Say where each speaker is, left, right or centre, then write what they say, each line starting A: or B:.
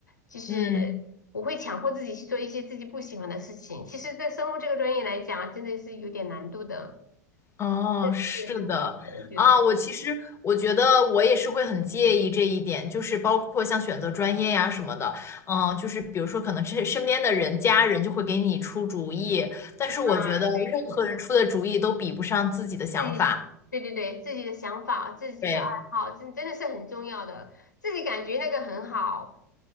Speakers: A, on the left (about 90°); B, on the left (about 30°).
A: 就是
B: 嗯，
A: 我会强迫自己去做一些自己不喜欢的事情。其实，在生物这个专业来讲，真的是有点难度的，
B: 哦，
A: 是很难的，
B: 是的。
A: 我觉得。
B: 啊，我其实我觉得我也是会很介意这一点，就是包括像选择专业呀什么的，嗯，就是比如说可能这身边的人、家人就会给你出主意，但是我觉得任何人出的主意都比不上自己的想法。
A: 啊，对。自己，对对对，自己的想法、自己的爱好，
B: 对，
A: 真真的是很重要的。自己感觉那个很好，